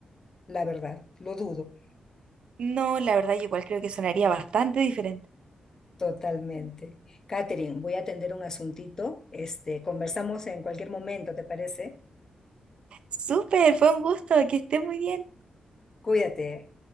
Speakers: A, on the left; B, on the right.
A: la verdad, lo dudo
B: No, la verdad yo igual creo que sonaría bastante diferente.
A: totalmente. Catherine, voy a atender un asuntito, este, conversamos en cualquier momento, ¿te parece?
B: Súper, fue un gusto, que esté muy bien.
A: Cuídate.